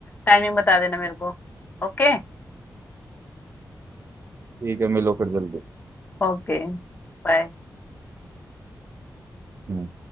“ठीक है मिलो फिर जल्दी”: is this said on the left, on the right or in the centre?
Right